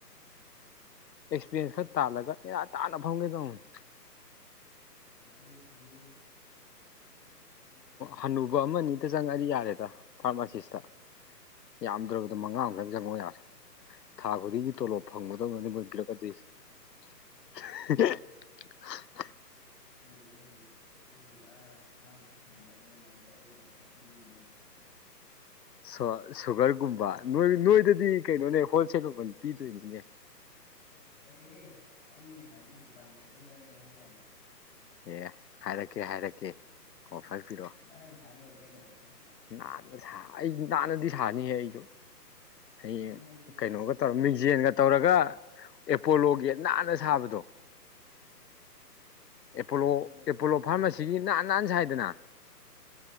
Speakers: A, on the left; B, on the left.
A: ꯑꯦꯛꯁꯄꯤꯔꯌꯦꯟꯁ ꯈꯔ ꯇꯥꯜꯂꯒ ꯅꯦꯅ ꯇꯥꯅ ꯐꯝꯒꯦ ꯇꯧꯕꯅꯦ꯫
B: ꯐꯌꯦ ꯐꯌꯦ꯫
A: ꯍꯟꯅꯨꯕ ꯑꯃ ꯑꯅꯤꯗ ꯆꯪꯉꯗꯤ ꯌꯥꯔꯦꯗ ꯐꯥꯔꯃꯥꯁꯤꯁꯇ꯫ ꯌꯥꯝꯗ꯭ꯔꯕꯗ ꯃꯉꯥ ꯑꯃꯈꯛꯇꯪ ꯆꯪꯉ ꯌꯥꯔꯦ꯫ ꯊꯥ ꯈꯨꯗꯤꯡꯒꯤ ꯇꯣꯂꯣꯞ ꯐꯪꯒꯗꯧꯅꯗꯤ ꯃꯣꯏꯕꯤꯔꯛꯀꯗꯣꯁꯤ꯫ <inaudible>
B: <inaudible> ꯅꯪꯒꯤ ꯑ ꯐꯥꯔꯁꯤ ꯁꯝꯗ ꯑꯩꯉꯣꯟꯗ ꯍꯥꯏꯔꯣꯑꯣ ꯑꯩꯅ ꯑꯣꯐꯔ ꯄꯤꯕꯤ ꯌꯦꯡꯁꯦ <inaudible>
A: ꯁꯣ ꯁꯨꯒꯔꯒꯨꯝꯕ ꯅꯣꯏ ꯅꯣꯏꯗꯗꯤ ꯀꯩꯅꯣꯅꯦ ꯍꯣꯜꯁꯦꯜ ꯃꯃꯥꯜ ꯄꯤꯗꯣꯏꯅꯤꯅꯦ <inaudible>
B: ꯅꯠꯇꯦ ꯑꯩꯅ ꯍꯥꯏꯕꯗꯤ ꯗꯨꯀꯥꯟ ꯁꯥꯕꯩ ꯃꯔꯝꯗ ꯍꯥꯏꯕ ꯋꯥꯅꯤ
A: ꯑꯦ ꯍꯥꯏꯔꯛꯀꯦ ꯍꯥꯏꯔꯛꯀꯦ ꯑꯣꯐꯥꯔ ꯄꯤꯔꯛꯑꯣ
B: ꯅꯥꯟ ꯆꯥꯟꯗ ꯑꯣꯏ ꯀꯦꯩꯅꯣ <inaudible>
A: ꯅꯥꯟꯅ ꯁꯥ ꯑꯩ ꯅꯥꯟꯅꯗꯤ ꯁꯥꯅꯤꯍꯦ ꯑꯩꯁꯨ ꯍꯌꯦꯡ
B: ꯑꯗꯨꯅ ꯍꯥꯏꯗꯤ
A: ꯀꯩꯅꯣꯒ
B: ꯅꯪ
A: ꯇꯧꯔ
B: ꯁ꯭ꯋꯥꯏ
A: ꯃꯤꯡꯖꯦꯟꯒ
B: ꯇꯧꯗꯣꯏ ꯁꯔꯨꯛ
A: ꯇꯧꯔꯒ ꯑꯦꯄꯣꯂꯣꯒꯤ ꯅꯥꯟꯅ ꯁꯥꯕꯗꯣ ꯑꯦꯄꯣꯂꯣ
B: ꯑꯗꯨ ꯅꯪ
A: ꯑꯦꯄꯣꯂꯣ
B: ꯍꯥꯏꯗꯤ
A: ꯐꯥꯔꯃꯥꯁꯤ ꯁꯤꯒꯤ ꯅꯥꯟ ꯅꯥꯠ ꯁꯥꯏꯗꯅ